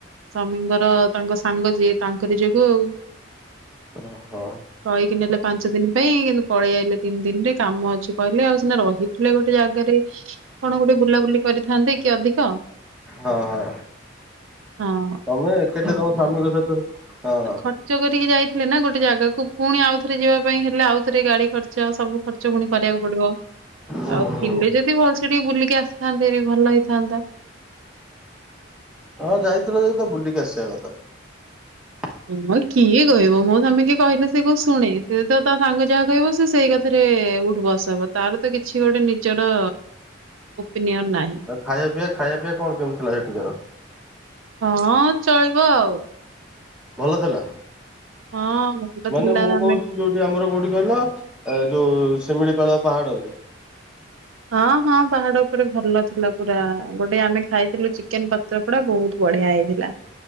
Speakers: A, on the right; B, in the centre.
A: ସାମୀଙ୍କର ତାଙ୍କ ସାଙ୍ଗ ଯିଏ ତାଙ୍କରି ଯୋଗୁ ଆଉ।
B: ଓହୋ
A: କହିକି ନେଲେ ପାଞ୍ଚ ଦିନ ପାଇଁ କିନ୍ତୁ ପଳେଇ ଆଇଲେ ତିନି ଦିନରେ କାମ ଅଛି କହିଲେ ଆଉ ସିନା ରହିଥିଲେ ଗୋଟେ ଜଗରେ କଣ ଗୋଟେ ବୁଲାବୁଲି କରିଥାନ୍ତି କି ଅଧିକ
B: ହଁ ହଁ।
A: ହଁ।
B: ଏକାଠେ ତମ ସଵାମୀଙ୍କ ସହିତ ହଁ।
A: ଉ ଖର୍ଚ୍ଚ କରିକି ଯାଇଥା ହେଲେ ନା ଗୋଟେ ଜାଗାକୁ ପୁଣି ଆଉଥରେ ଯିବା ପାଇଁ ହେଲେ ଆଉଥରେ ଗାଡି ଖର୍ଚ୍ଚ ସବୁ ଖର୍ଚ୍ଚ ପୁଣି କରିବାକୁ ପଡିବ।
B: ଓ
A: ଆଉ ଥିଲେ
B: ହୋ
A: ଯଦି ଭଲ ସେ ଟିକେ ବୁଲିକି ଆସିଥାନ୍ତେ ଭଲ ହେଇଥାନ୍ତା। <inaudible>
B: ହଁ ଯାଇଥିଲ ଯ ତ ବୁଲିକି ଆସିବା କଥା।
A: ହଁ କିଏ କହିବ ମୁଁ ତମେ କି କହିଲେ ସେ କଉ ଶୁଣେ ସେ ତ ତା ସାଙ୍ଗ ଯାହା କହିବ ସେ ସେଇ କଥାରେ ଉଠବସ ହବ ତାର ତ କିଛି ଗୋଟେ ନିଜର ଓପିନିଅନ ନାହିଁ
B: ଆଉ ଖାଇବା ପିଇ ଖାଇବା ପିଇ କଣ କେମିତି ଥିଲା ସେଠିକାର
A: ହଁ ଚଳିବ ଆଉ
B: ଭଲ ଦେଥିଲା
A: ଆଉ ହଁ ଭଲ ଥିଲା
B: ମାନେ ମୁଁ
A: ଆମେ
B: କହୁଛି ଯୋଉଠି ଆମର କୋଉଠି କହିଲ ଯୋଉ ଶିମଳିପଡ଼ ପହାଡ଼ ଉପରେ
A: ହଁ ହଁ ପାହାଡ ଉପରେ ଭଲ ଥିଲା ପୁରା ଗୋଟେ ଆମେ ଖାଇଥିଲୁ ଚିକେନ ପତ୍ର ପଡା ବହୁତ ଭ ବଢିଆ ହେଇଥିଲା।